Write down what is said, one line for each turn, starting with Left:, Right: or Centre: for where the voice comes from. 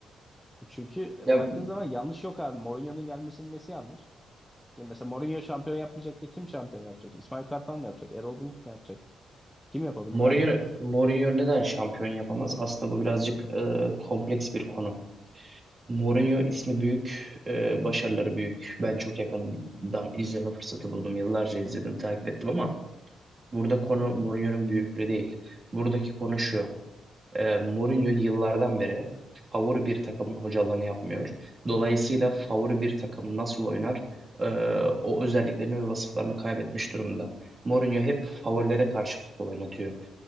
Centre: Çünkü e,
Right: Ya
Centre: baktığın zaman yanlış yok abi. Mourinho'nun gelmesinin nesi yanlış? Ya mesela Mourinho şampiyon yapmayacak da kim şampiyon yapacak? İsmail Kartal mı yapacak? Erol Bulut mu yapacak? Kim yapabilir
Right: Mourinho,
Centre: abi?
Right: Mourinho neden şampiyon yapamaz? Aslında bu birazcık e, kompleks bir konu. Mourinho ismi büyük, e, başarıları büyük. Ben çok yakından izleme fırsatı buldum. Yıllarca izledim, takip ettim ama Burada konu Mourinho'nun büyüklüğü değil. Buradaki konu şu. E, Mourinho yıllardan beri favori bir takımın hocalığını yapmıyor. Dolayısıyla favori bir takım nasıl oynar? e, o özelliklerini ve vasıflarını kaybetmiş durumda. Mourinho hep favorilere karşı futbol oynatıyor.